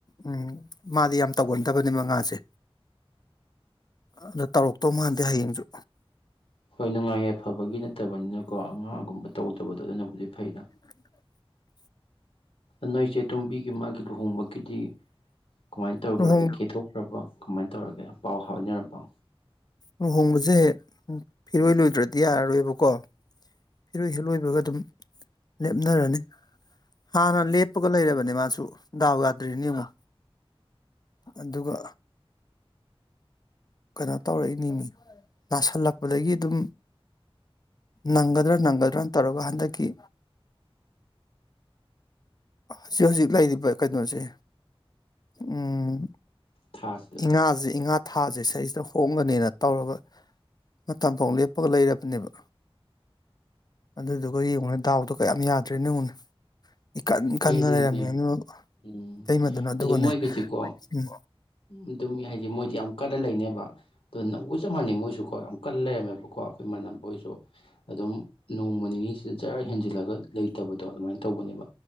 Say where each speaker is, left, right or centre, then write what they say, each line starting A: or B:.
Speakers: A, on the left; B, on the left.
A: ꯎꯝ ꯃꯥꯗꯤ ꯌꯥꯝ ꯇꯧꯒꯟꯗꯕꯅꯦꯕ ꯉꯥꯁꯦ ꯑꯗ ꯇꯧꯔꯛꯇꯧ ꯃꯥꯟꯗꯦ ꯍꯌꯦꯡꯖꯨ
B: ꯍꯣꯏ ꯅꯨꯡꯉꯥꯏ ꯌꯥꯏꯐꯕꯕꯒꯤ ꯅꯠꯇꯕꯅꯤꯅꯀꯣ ꯉꯥꯒꯨꯝꯕ ꯇꯧꯗꯕꯗꯣ ꯑꯗꯨꯅꯕꯨꯗꯤ ꯐꯩꯗ
A: <inaudible>
B: ꯅꯣꯏ ꯆꯦ ꯇꯨꯝꯕꯤꯒꯤ ꯃꯥꯒꯤ ꯂꯨꯍꯣꯡꯕꯒꯤꯗꯤ ꯀꯃꯥꯏ ꯇꯧꯈ꯭ꯔꯥꯒꯦ
A: ꯂꯨꯍꯣꯡ
B: ꯀꯦꯊꯣꯛꯈ꯭ꯔꯥꯕꫭ ꯀꯃꯥꯏ ꯇꯧꯔꯒꯦ ꯄꯥꯎ ꯍꯥꯏꯅꯔꯝꯕꫭ
A: ꯂꯨꯍꯣꯡꯕꯁꯦ ꯎꯝ ꯐꯤꯔꯣꯏ ꯂꯣꯏꯗ꯭ꯔꯥꯗꯤ ꯌꯥꯔꯔꯣꯏꯕꯀꯣ ꯐꯤꯔꯣꯏ ꯍꯦꯛ ꯂꯣꯏꯕꯒ ꯑꯗꯨꯝ ꯂꯦꯞꯅꯔꯅꯤ ꯍꯥꯟꯅ ꯂꯦꯞꯄꯒ ꯂꯩꯔꯕꯅꯦ ꯃꯥꯁꯨ ꯗꯥꯎ ꯌꯥꯗ꯭ꯔꯤꯅꯤ ꯌꯦꯡꯉꫭ ꯑꯗꯨꯒ ꯀꯩꯅꯣ ꯇꯧꯔꯛꯏꯅꯤꯅꯤ ꯅꯥꯁꯤꯜꯂꯛꯄꯗꯒꯤ ꯑꯗꯨꯝ ꯅꯪꯒꯗ꯭ꯔꯥ ꯅꯪꯒꯗ꯭ꯔꯥꯅ ꯇꯧꯔꯒ ꯍꯟꯗꯛꯀꯤ ꯍꯧꯖꯤꯛ ꯍꯧꯖꯤꯛ ꯂꯩꯔꯤꯕ ꯀꯩꯅꯣꯁꯦ ꯎꯝ
B: ꯊꯥꯁꯤꯗ
A: ꯉꯥꯁꯦ ꯏꯉꯥ ꯊꯥꯁꯦ ꯁꯤꯗꯩꯁꯤꯗ ꯍꯣꯡꯒꯅꯦꯅ ꯇꯧꯔꯒ ꯃꯇꯝ ꯐꯥꯎ ꯂꯦꯞꯄꯒ ꯂꯩꯔꯕꯅꯦꯕ ꯑꯗꯨꯗꯨꯒ ꯌꯦꯡꯉꯨꯅꯦ ꯗꯥꯎꯗꯣ ꯀꯌꯥꯝ ꯌꯥꯗ꯭ꯔꯤꯅꫭ ꯌꯦꯡꯉꯨꯅꯦ ꯏꯀꯟ
B: ꯍꯣꯏ
A: ꯀꯟꯅ
B: ꯑꯗꯨꯅꯦ
A: ꯂꯩꯔꯝꯃꯤ ꯑꯗꯨ
B: ꯎꯝ
A: ꯏꯇꯩꯃꯥꯗꯨꯅ ꯑꯗꯨꯒꯅꯦ
B: ꯑꯗꯨ ꯃꯣꯏꯒꯤꯁꯤꯀꯣ
A: ꯃꫭꯏ ꯎꯝ
B: ꯑꯗꯨꯝ ꯍꯥꯏꯗꯤ ꯃꯣꯏꯗꯤ ꯌꯥꯝ ꯀꯠꯂ ꯂꯩꯅꯦꯕ ꯑꯗꯣꯅ ꯋꯨ ꯆꯞ ꯃꯥꯟꯅꯩ ꯃꯣꯏꯁꯨ ꯀꫭ ꯌꯥꯝ ꯀꯜ ꯂꯩꯔꯝꯃꯦꯕꯀꯣ ꯑꯩꯈꯣꯏ ꯏꯃꯥꯟꯅꯕ ꯍꫭꯏꯁꯨ ꯑꯗꯨꯝ ꯅꯣꯡꯃ ꯅꯤꯅꯤꯁꯤꯗ ꯖꯔ ꯍꯦꯟꯖꯤꯟ ꯍꯦꯟꯖꯤꯜꯂꯒ ꯂꯩꯇꯕꯗꯣ ꯑꯗꯨꯃꯥꯏ ꯇꯧꯕꯅꯦꯕ